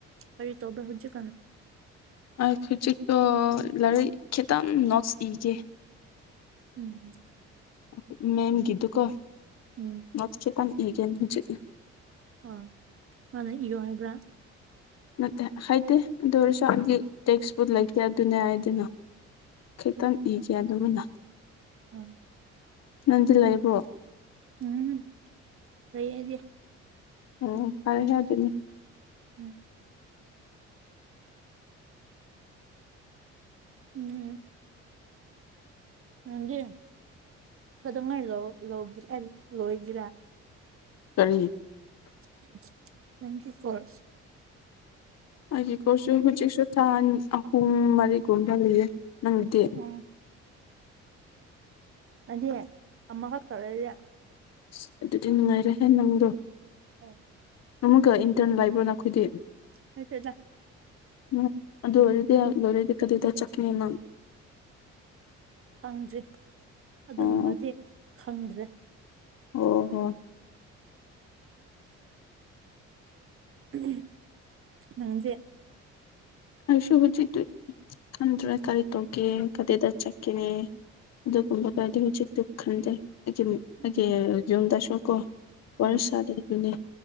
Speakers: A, on the right (about 45°); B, on the left (about 60°).
A: ꯀꯔꯤ ꯇꯧꯕ꯭ꯔꯥ ꯍꯧꯖꯤꯛ ꯀꯥꯟ
B: ꯑꯩ ꯍꯧꯖꯤꯛꯇꯣ ꯂꯥꯏꯔꯤꯛ ꯈꯤꯇꯪ ꯅꯣꯠꯁ ꯏꯒꯦ
A: ꯎꯝ
B: <unintelligible> ꯃꯦꯝꯒꯤꯗꯨꯀꯣ
A: ꯎꯝ
B: ꯅꯣꯆ ꯈꯤꯇꯪ ꯏꯒꯦꯟ ꯍꯨꯖꯤꯛ
A: ꯑꯣ ꯃꯥꯅ ꯏꯌꯣ ꯍꯥꯏꯕ꯭ꯔꯥ
B: ꯅꯠꯇꯦ ꯍꯥꯏꯗꯦ ꯑꯗꯨ ꯑꯣꯏꯔꯁꯨ ꯑꯩꯗꯤ ꯇꯦꯛꯁꯕꯨꯛ ꯂꯩꯇꯦ ꯑꯗꯨꯅ ꯑꯥꯏ ꯗꯣꯟꯅꯣ ꯈꯤꯇꯪ ꯏꯒ‌ꯦ ꯑꯗꯨꯝꯃꯤꯅ
A: ꯎꯝ
B: ꯅꯪꯗꯤ ꯂꯩꯕ꯭ꯔꯣ
A: ꯎꯝ ꯂꯩꯔꯗꯤ
B: ꯑꯣ ꯑꯣ ꯐꯔꯦ ꯍꯥꯏꯗꯨꯅꯤ
A: ꯎꯝ ꯎꯝ ꯅꯪꯗꯤ ꯀꯩꯗꯧꯉꯩ ꯂꯣꯏ ꯂꯧ ꯖꯤ <unintelligible> ꯂꯣꯏꯖꯤꯔꯥ
B: ꯀꯔꯤ
A: <unintelligible> ꯅꯪꯒꯤ ꯈꯣꯔꯁ
B: ꯑꯩꯒꯤꯀꯣꯔꯁꯨ ꯍꯧꯖꯤꯛꯁꯨ ꯊꯥ ꯑꯟꯅꯤ ꯑꯍꯨꯝ ꯃꯔꯤꯒꯨꯝꯕ ꯂꯩꯌꯦ ꯅꯪꯒꯤꯗꯤ
A: ꯎꯝ ꯑꯩꯗꯤ ꯑꯃ ꯈꯛꯇ ꯂꯩꯌ‌ꯦ
B: ꯑꯁ ꯑꯗꯨꯗꯤ ꯅꯨꯡꯉꯥꯏꯔꯦꯍꯦ ꯅꯪꯗꯣ
A: ꯑꯣ
B: ꯑꯃꯨꯛꯀ ꯏꯟꯇ꯭ꯔꯟ ꯂꯩꯕ꯭ꯔꯣ ꯅꯈꯣꯏꯗꯤ
A: ꯂꯩꯇ‌ꯦꯗꯥ
B: ꯎꯝ ꯑꯗꯨ ꯑꯣꯏꯔꯗꯤ ꯑ ꯂꯣꯏꯔꯗꯤ ꯀꯗꯥꯏꯗ ꯆꯠꯀ‌ꯅꯤ ꯅꯪ
A: ꯐꯪꯗ꯭ꯔꯤ ꯑꯗꯨꯒꯨꯝꯕꯗꯤ
B: ꯑꯣ
A: ꯈꯪꯗ꯭ꯔꯦ
B: ꯑꯣ ꯍꯣ
A: <unintelligible> ꯅꯪꯖꯦ
B: ꯑꯩꯁꯨ ꯍꯨꯖꯤꯛꯇꯤ ꯈꯟꯗ꯭ꯔꯦ ꯀꯔꯤ ꯇꯧꯀꯦ ꯀꯔꯤꯗ ꯆꯠꯀꯤꯅꯤ ꯑꯗꯨꯒꯨꯝꯕ <unintelligible> ꯈꯟꯗꯦ <unintelligible> ꯑꯩꯒꯤ
A: ꯎꯝ
B: ꯌꯨꯝꯗꯁꯨꯀꯣ ꯋꯥꯔꯤ
A: ꯎꯝ
B: ꯁꯥꯗꯦ ꯑꯗꯨꯅꯦ